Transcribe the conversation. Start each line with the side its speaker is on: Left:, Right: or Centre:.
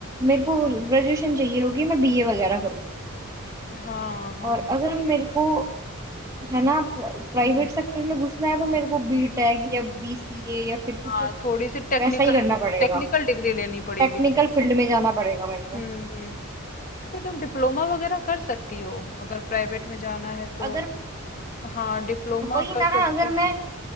Right: मेरे को ग्रेजुएशन चाहिए होगी मैं बीए वगैरह करूंगी
Left: हाँ हाँ
Right: और अगर
Left: बीए
Right: मेरे
Left: का
Right: को है ना प्राइवेट
Left: हम्म
Right: सेक्टर में घुसना है तो मेरे को बीटेक या बीसीए या फिर कुछ
Left: हाँ थोड़ी सी टेक्निकल
Right: वैसा ही करना पड़ेगा
Left: टेक्निकल डिग्री लेनी पड़ेगी
Right: टेक्निकल
Left: फिर
Right: फील्ड में जाना पड़ेगा मेरे को
Left: हम्म हम्म उसमें फिर तुम डिप्लोमा वगैरह कर सकती हो अगर प्राइवेट में जाना है तो
Right: अगर
Left: हाँ डिप्लोमा
Right: वही
Left: कर
Right: ना
Left: सकती
Right: अगर मैं
Left: हो